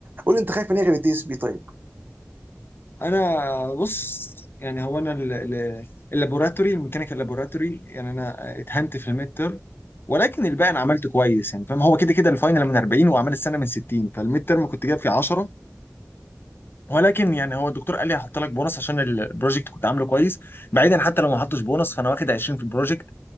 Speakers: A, on the right; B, on the left.
A: قول لي انت خايف ان هي غير الدي اس بي طيب
B: انا بص يعني هو انا ال- ال- اللابوراتوري الميكانيكال لابوراتوري يعني انا اتهنت في الميد ترم ولكن الباقي انا عملت كويس يعني فاهم هو كده كده الفاينل من 40 واعمال السنه من 60 فالميد ترم كنت جايب فيه 10 ولكن يعني هو الدكتور قال لي هحط لك بونص عشان البروجكت كنت عامله كويس بعيدا حتى لو ما حطش بونص فانا واخد 20 في البروجكت